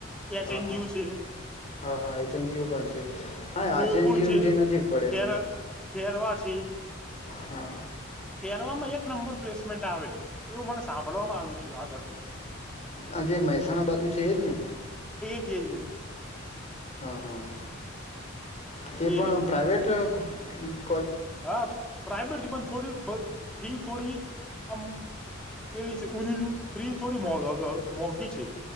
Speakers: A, in the centre; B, on the left (about 35°).
A: એચએનજીયુ
B: હા હા
A: છે
B: હા હા એજન્જીઓ પણ છે <inaudible> હા આચેનજીવું
A: ગોકુળ છે
B: જે નજીક પડે
A: ખેર
B: છે
A: ખેરવા છે
B: હા
A: ખેરવામાં એક નંબર પ્લેસમેન્ટ આવે. એવું મને સાંભળવામાં આવ્યું છે. આ ઘરથી
B: આજે મહેસાણા બાજુ છે એજ ને
A: <inaudible>
B: હા હા તે પણ
A: એ રહી
B: પ્રાાઈવેટ <inaudible>
A: હા પ્રાઈવેટથી બન થોડી ફી થોડી આમ પેલી છે ઉઊનીની ફી થોડી મોઘ મોઘી છે